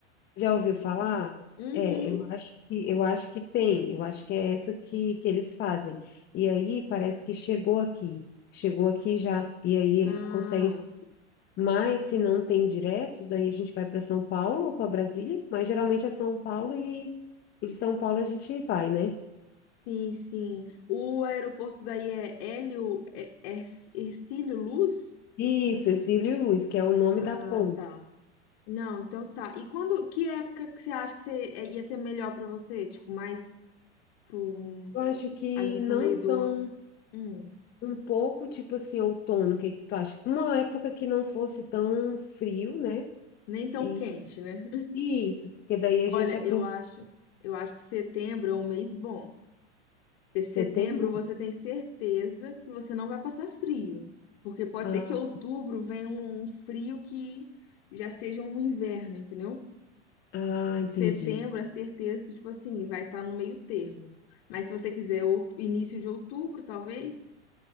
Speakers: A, on the left; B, on the left.
A: Já ouviu falar?
B: Uhum.
A: É, eu acho que eu acho que tem, eu acho que é essa que, que eles fazem. E aí parece que chegou aqui, chegou aqui já. E aí eles
B: Ah,
A: conseguem Mas se não tem direto, daí a gente vai para São Paulo ou para Brasília, mas geralmente é São Paulo e, e de São Paulo a gente vai, né?
B: sim, sim. O aeroporto daí é Hélio, é, é Hercílio Luz?
A: Isso, Hercílio Luz, que é o nome
B: Ah,
A: da ponte.
B: tá. Não, então tá. E quando, que época que você acha que você, é, ia ser melhor pra você? Tipo, mais pro,
A: Eu acho que
B: ali pro
A: não
B: meio do
A: tão
B: ano? Hum,
A: um pouco tipo assim outono, o que que tu acha? Uma época que não fosse tão frio, né?
B: nem tão
A: E
B: quente, né?
A: e isso, porque daí
B: Olha,
A: a gente aproveita
B: eu acho, eu acho que setembro é um mês bom. Porque setembro
A: setembro.
B: você tem certeza que você não vai passar frio. né? Porque pode
A: Ah,
B: ser que outubro venha um um frio que já seja um inverno, entendeu?
A: ah, entendi.
B: Setembro a certeza que, tipo assim, vai estar no meio termo. Mas se você quiser ou- início de outubro, talvez,